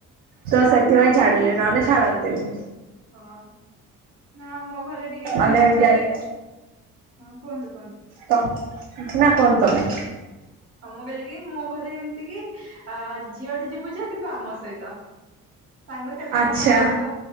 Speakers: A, on the right (about 55°); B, on the right (about 75°).
A: ତ ସେଥିପାଇଁ ଛାଡିଲେ ନହେଲେ ଛାଡନ୍ତିନି।
B: ହଁ। ନା ଆମ ଘରେ ଟିକେ ମାନେ
A: ଆମେ
B: କହିବେ,
A: ଯାଇ
B: ହଁ, କୁହନ୍ତୁ କୁହନ୍ତୁ।
A: ତ ନା କୁହନ୍ତୁ ତମେ।
B: ହଁ ମୁଁ କହିଲ କିି, ମୋ ଘରେ ଏମିତି କି ଅ ଜିଆଡେ ଯିବୁ ଜା କିନ୍ତୁ ଆମ ସହିତ। ସାଙ୍ଗସାଥି
A: ଆଚ୍ଛା।
B: ମାନଙ୍କ ସହିତ